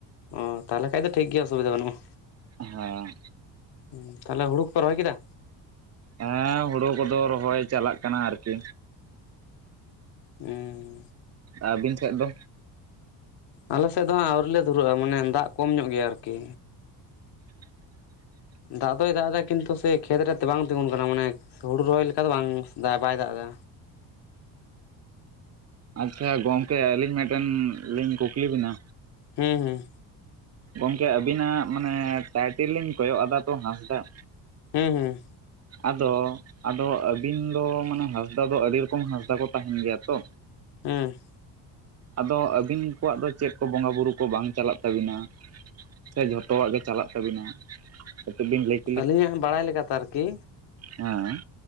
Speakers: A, on the left; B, on the right.
A: ᱚ ᱛᱟᱦᱚᱞᱮ ᱠᱷᱟᱡ ᱫᱚ ᱴᱷᱤᱠ ᱜᱮᱭᱟ ᱚᱥᱩᱵᱤᱫᱷᱟ ᱵᱟᱹᱱᱩᱜᱼᱟ᱾
B: ᱦᱚᱸ᱾
A: ᱩᱸ ᱛᱟᱦᱞᱮ ᱦᱩᱲᱩ ᱠᱚᱯᱮ ᱨᱚᱦᱚᱭ ᱠᱮᱫᱟ?
B: ᱦᱮᱸ ᱦᱩᱲᱩ ᱠᱚᱫᱚ ᱨᱚᱦᱚᱭ ᱪᱟᱞᱟᱜ ᱠᱟᱱᱟ ᱟᱨᱠᱤ᱾
A: ᱩᱸ᱾
B: ᱟᱹᱵᱤᱱ ᱴᱷᱮᱡ ᱫᱚ?
A: ᱟᱞᱮᱥᱮᱫ ᱫᱚ ᱦᱟᱸᱜ ᱟᱹᱣᱨᱤ ᱞᱮ ᱫᱷᱩᱨᱟᱹᱜᱼᱟ ᱢᱟᱱᱮ ᱫᱟᱜ ᱠᱚᱢ ᱧᱚᱜ ᱜᱮᱭᱟ ᱟᱨᱠᱤ᱾
B: ᱚ <unintelligible>
A: ᱫᱟᱜ ᱫᱚᱭ ᱫᱟᱜᱫᱟᱭ ᱠᱤᱱᱛᱩ ᱥᱮ ᱠᱷᱮᱛ ᱨᱮ ᱛᱮ ᱵᱟᱝ ᱛᱤᱜᱩᱱ ᱠᱟᱱᱟ ᱢᱟᱱᱮ ᱦᱩᱲᱩ ᱨᱚᱦᱚᱭ ᱞᱮᱠᱟ ᱫᱚ ᱵᱟᱝ ᱫᱟ ᱵᱟᱭ ᱫᱟᱜᱼᱫᱟ᱾
B: ᱟᱪᱪᱷᱟ ᱜᱚᱢᱠᱮ ᱟᱹᱞᱤᱧ ᱢᱤᱫᱴᱮᱱ ᱞᱤᱧ ᱠᱩᱠᱞᱤ ᱵᱤᱱᱟ?
A: ᱦᱩᱸ ᱦᱩᱸ᱾
B: ᱜᱚᱢᱠᱮ ᱟᱵᱤᱱᱟᱜ ᱢᱟᱱᱮ ᱴᱟᱭᱴᱮᱞ ᱞᱤᱧ ᱠᱚᱭᱚᱜ ᱟᱫᱟ ᱛᱚ ᱦᱟᱸᱥᱫᱟᱜ
A: ᱦᱩᱸ ᱦᱩᱸ᱾
B: ᱟᱫᱚ ᱟᱫᱚ ᱟᱹᱵᱤᱱ ᱫᱚ ᱢᱟᱱᱮ ᱦᱟᱸᱥᱫᱟ ᱫᱚ ᱟᱹᱰᱤ ᱨᱚᱠᱚᱢ ᱦᱟᱸᱥᱫᱟ ᱠᱚ ᱛᱟᱦᱮᱱ ᱜᱮᱭᱟ ᱛᱚ?
A: ᱦᱩᱸ᱾
B: ᱟᱫᱚ ᱟᱹᱵᱤᱱ ᱠᱚᱣᱟᱜ ᱫᱚ ᱪᱮᱫ ᱠᱚ ᱵᱚᱸᱜᱟ ᱵᱩᱨᱩ ᱠᱚ ᱵᱟᱝ ᱪᱟᱞᱟᱜ ᱛᱟᱹᱵᱤᱱᱟ? ᱥᱮ ᱡᱷᱚᱛᱚᱣᱟᱜ ᱜᱮ ᱪᱟᱞᱟᱜ ᱛᱟᱹᱵᱤᱱᱟ ᱠᱟᱹᱴᱤᱡ ᱵᱤᱱ ᱞᱟᱹᱭᱼᱼ
A: ᱟᱹᱞᱤᱧᱟᱜ ᱵᱟᱲᱟᱭ ᱞᱮᱠᱟᱛᱮ ᱟᱨᱠᱤᱼᱼ
B: ᱦᱮᱸ᱾